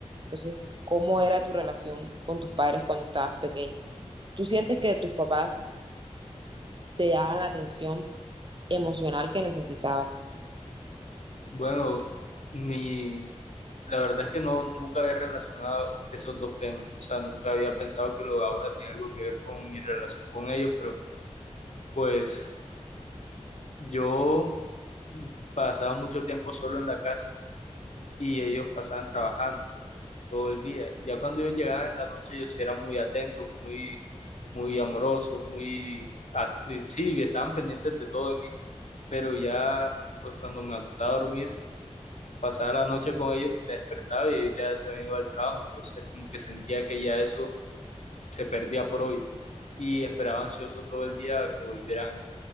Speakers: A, on the right; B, on the left.
A: Entonces, ¿cómo era tu relación con tus padres cuando estabas pequeño? ¿Tú sientes que tus papás te daban la atención emocional que necesitabas?
B: Bueno, mi, la verdad es que no, nunca había relacionado esos dos temas, o sea, nunca había pensado que lo de ahora tiene algo que ver con mi relación con ellos, pero pues Yo pasaba mucho tiempo solo en la casa y ellos pasaban trabajando todo el día. Ya cuando ellos llegaban en la noche, ellos sí eran muy atentos, muy, muy amorosos, muy... a- eh, Sí, estaban pendientes de todo de mí, pero ya, pues cuando me acostaba a dormir, pasaba la noche con ellos y me despertaba y ellos ya se habían ido al trabajo. Entonces, como que sentía que ya eso se perdía por hoy y esperaba ansioso todo el día que volvieran